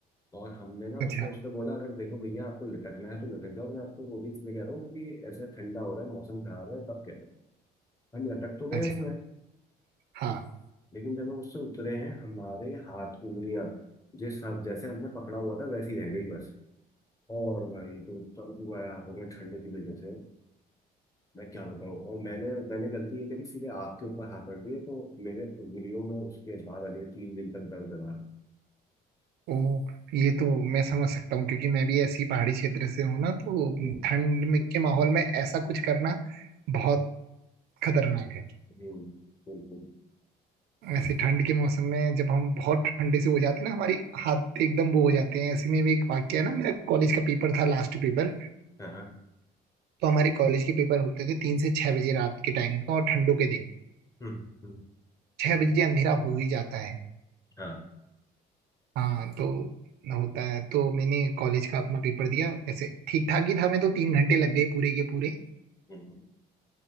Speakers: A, on the left; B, on the right.
A: और हमने ना उसको
B: अच्छा
A: उसने बोला अगर देखो भैया आपको लटकना है तो लटक जाओ मैं आपको वो भी इसलिए कह रहा हूँ क्योंकि ऐसे ठंडा हो रहा है मौसम खराब है तब कह रहा हूँ हम लटक तो गए
B: अच्छा
A: उसमें
B: हाँ
A: लेकिन जब हम उससे उतरे हैं हमारे हाथ उंगलियां जिस हम जैसे हमने पकड़ा हुआ था वैसी रह गई बस और भाई तो दर्द हुआ है हाथों में ठंड की वजह से मैं क्या बताऊँ और मैंने मैंने गलती ये करी सीधे आग के ऊपर हाथ रख दिए तो मेरे उंगलियों में उसके बाद अगले तीन दिन तक दर्द रहा
B: ओ ये तो मैं समझ सकता हूँ क्योंकि मैं भी ऐसी पहाड़ी क्षेत्र से हूँ ना तो
A: हम्म
B: ठंड में के माहौल में ऐसा कुछ करना बहुत खतरनाक है
A: हम्म बिल्कुल
B: ऐसे ठंड के मौसम में जब हम बहुत ठंडे से हो जाते हैं ना हमारी हाथ एकदम वो हो जाते हैं ऐसे में भी एक वाक्य है ना मेरा कॉलेज का पेपर था लास्ट पेपर
A: हाँ हाँ
B: तो हमारे कॉलेज के पेपर होते थे तीन से छह बजे रात के टाइम का, और ठंडों के दिन
A: हम्म हम्म
B: छह बजे अंधेरा हो ही जाता है
A: हाँ
B: हाँ तो होता है तो मैंने कॉलेज का अपना पेपर दिया ऐसे ठीक ठाक ही था मैं तो तीन घंटे लग गए पूरे के पूरे
A: हम्म